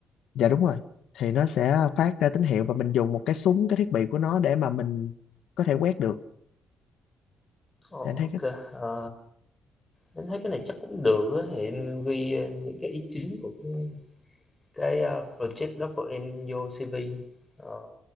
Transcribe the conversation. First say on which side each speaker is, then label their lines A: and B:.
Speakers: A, on the left; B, on the left.
A: dạ đúng rồi thì nó sẽ phát ra tín hiệu và mình dùng một cái súng cái thiết bị của nó để mà mình có thể quét được
B: Ồ,
A: để anh thấy
B: ok
A: cái
B: ờ, mình thấy cái này chắc cũng được á, thì em ghi, ơ, những cái ý chính của cái cái, a, project đó của em vô CV. Ờ,